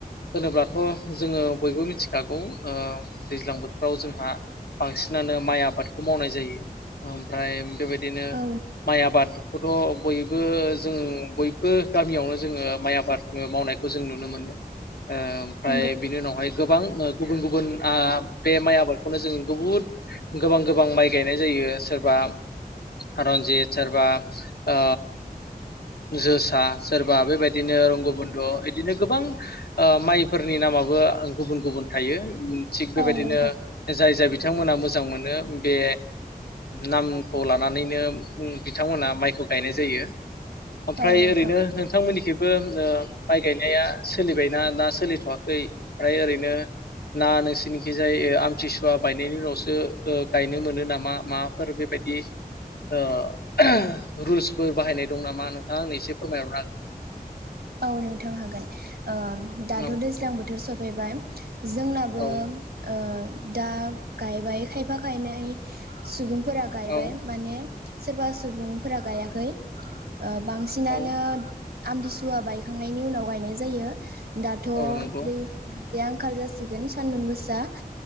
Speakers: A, on the left; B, on the right.
A: होनोब्लाथ' जोङो बयबो मिथिखागौ ओ दैज्लां बोथोराव जोंहा बांसिनानो माइ आबादखौ मावनाय जायो। ओमफ्राय बेबायदिनो
B: औ
A: माइ आबाद थ' बयबो जों बयबो गामियावनो जोङो माइ आबाद मावनायखौ जों नुनो मोनो। ओ ओमफ्राय
B: नंगौ
A: बिनि उनावहाय गोबां गुबुन गुबुन आ बे माइ आबादखौनो जों बहुद गोबां गोबां माइ गायनाय जायो सोरबा रारन्जित सोरबा ओ जोसा सोरबा बेबायदिनो रंगबन्ध' बिदिनो गोबां ओ माइफोरनि नामाबो गुबुन गुबुन थायो। थिग बेबायदिनो
B: औ नोंथां
A: जाय जाय बि बिथांमोना मोजां मोनो बे नाम खौ लानानैनो बिथांमोना माइखौ गायनाय जायो ओमफ्राय
B: औ नोंथां
A: ओरैनो नोंथांमोननिखि माइ गायनाया सोलिबायना ना सोलिथ'वाखै फ्राय ओरैनो ना नोंसिरनिखिजाय आमथिसुवा बायनायनि उनावसो गायनो मोनो नामा माबाफोर बेबायदि <unintelligible> रुल्सफोर बाहायनाय दं नामा नोंथां एसे फोरमायहरनो
B: औ नोंथां हागोन। दाथ'
A: हागोन
B: दैज्लां बोथोर सफैबाय। जोंनाबो
A: औ
B: ओ दा गायबाय खायफा खायन सुबुं फोर गायबाय
A: औ
B: माने सोरबा सुबुंफोरा गायाखै ओ बां हालोद
A: औ
B: आमदिसुवा बायखांनायनि उनाव गायनाय जायो दाथ'
A: औ नंगौ
B: दै बे आंखाल जासिगोन सानदुं गोसा